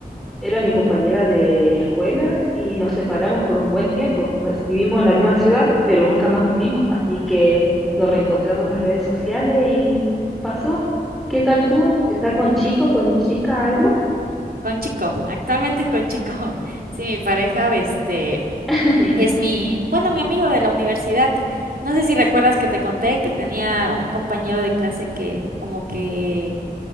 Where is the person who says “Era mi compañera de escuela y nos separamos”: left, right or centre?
Centre